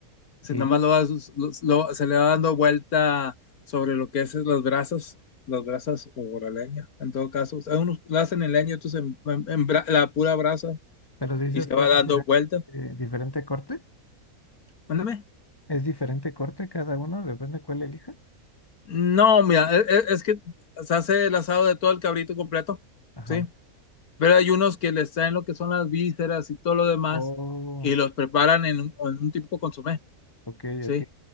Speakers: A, on the left (about 80°); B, on the left (about 15°).
A: se,
B: Y,
A: nada más lo, va- lo- lo- se le va dando vuelta sobre lo que es las brasas, las brasas o la leña, en todo caso. O sea, unos la hacen en leña, otros en, en- en bra- la pura brasa
B: pero si dices
A: y se
B: que
A: va
B: es
A: dando
B: diferente,
A: vuelta.
B: eh, diferente corte.
A: Mándame.
B: ¿Es diferente corte cada uno? Depende cuál elija.
A: No, mira, e- e- es, que se hace el asado de todo el cabrito completo,
B: Ajá.
A: ¿sí? Pero hay unos que les traen lo que son las vísceras y todo lo demás
B: Oh,
A: y los preparan en un, en un tipo consomé,
B: ok,
A: ¿sí?
B: ok.